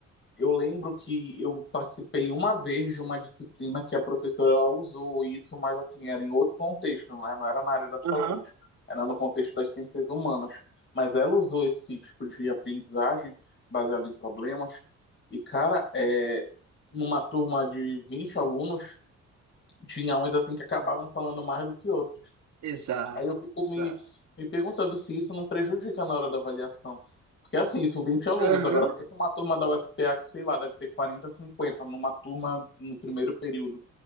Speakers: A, on the left (about 40°); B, on the right (about 65°).
A: eu lembro que eu participei uma vez de uma disciplina que a professora ela usou isso, mas assim, era em outro contexto, né? Não era na área da saúde,
B: Aham.
A: era no contexto das ciências humanas. Mas ela usou esse tipo de aprendizagem baseado em problemas. E, cara, é, numa turma de 20 alunos, tinha uns assim que acabavam falando mais do que outros.
B: Exato,
A: Aí eu fico me,
B: exato.
A: me perguntando se isso não prejudica na hora da avaliação. Porque assim, isso vinte alunos.
B: Aham.
A: Agora pensa uma turma da UFPA que, sei lá, deve ter 40, 50 numa turma no primeiro período.